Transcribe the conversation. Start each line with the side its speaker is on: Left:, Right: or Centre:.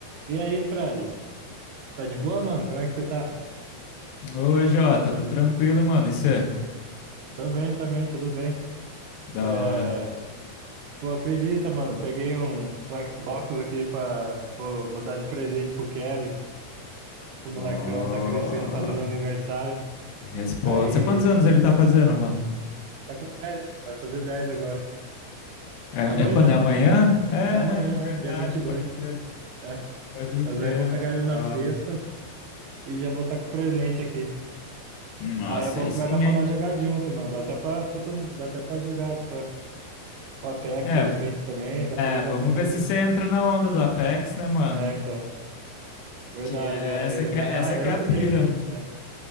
Right: E aí, Fred? Tá de boa, mano? Como é que você tá?
Left: Oi, Jota, tô tranquilo, mano. Isso é
Right: Também, também, tudo bem.
Left: da
Right: É...
Left: hora.
Right: Pô, acredita, mano, peguei um, um Xbox aqui pra. Vou, vou dar de presente pro Kevin. O molecão
Left: Ó,
Right: tá crescendo, fazendo aniversário.
Left: responsa.
Right: Aí.
Left: Quantos anos ele tá fazendo, mano?
Right: Tá com 10, mano. Vai fazer dez agora.
Left: É,
Right: É amanhã.
Left: é quando? É amanhã? É,
Right: É amanhã,
Left: né? Verdade,
Right: é, dia 22.
Left: pode crer.
Right: É.
Left: Pode
Right: Mas
Left: crer,
Right: aí eu vou pegar
Left: mano.
Right: ele na
Left: Da
Right: sexta
Left: hora.
Right: e já vou estar tá com o presente aqui.
Left: Nossa,
Right: Aí é bom
Left: aí
Right: que
Left: sim,
Right: vai dar pra
Left: hein?
Right: nós jogar junto, mano. Dá até pra, pra todo... Dá até pra jogar, tipo, o Apex
Left: É,
Right: de repente também. Dá pra jogar
Left: é, vamos
Right: todo mundo.
Left: ver se você entra na onda do Apex, né, mano?
Right: É, então, verdade.
Left: Que é
Right: É,
Left: essa que
Right: eu- na
Left: é,
Right: real,
Left: essa
Right: é
Left: que
Right: eu
Left: é a
Right: que
Left: pira.
Right: tenho que. é.